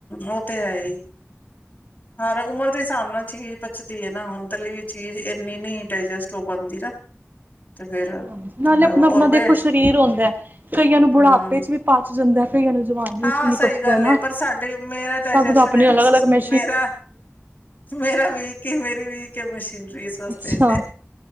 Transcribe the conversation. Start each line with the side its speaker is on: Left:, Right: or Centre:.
Left: ਉਹ ਤੇ ਹੈ ਹੀ ਹਾਂਾਰ ਉਮਰ ਦੇ ਹਿਸਾਬ ਨਾਲ ਚੀਜ਼ ਪਚਦੀ ਹੈ ਨਾ ਹੁਣ ਤਾਂ ਲਈ ਚੀਜ਼ ਇੰਨੀ ਨੀ ਡੈਜਸਟ ਹੋ ਪਾਉਂਦੀ ਨਾ ਤੇ ਫੇਰ
Right: ਹਾਂ ਨਾਲੇ
Left: ਥੋੜਾ
Right: ਆਪਣਾ
Left: ਔਰ
Right: ਆਪਣਾ
Left: ਬੇ
Right: ਦੇਖੋ ਸਰੀਰ ਆਉਂਦਾ ਕਈਆਂ
Left: ਹੂੰ
Right: ਨੂੰ ਬੁਢਾਪੇ ਚ ਵੀ ਪਚ ਜਾਂਦਾ ਕਈਆਂ ਨੂੰ ਜਵਾਨੇ
Left: ਹਾਂ
Right: ਚ ਵੀ ਨੀ
Left: ਸਹੀ
Right: ਪਚਦਾ
Left: ਗੱਲ
Right: ਨਾ
Left: ਹੈ ਪਰ ਸਾਡੇ ਮੇਰਾ ਡਾਇਜੈਸ਼ਨ
Right: ਸਭ ਦਾ ਆਪਣੇ
Left: ਹੈ ਨਾ
Right: ਅਲੱਗ ਅਲੱਗ ਮ
Left: ਮੇਰਾ ਮੇਰਾ ਵੀ ਕੀ ਮੇਰੀ ਵੀ <unintelligible> ਵਾਸਤੇ
Right: ਅੱਛਾ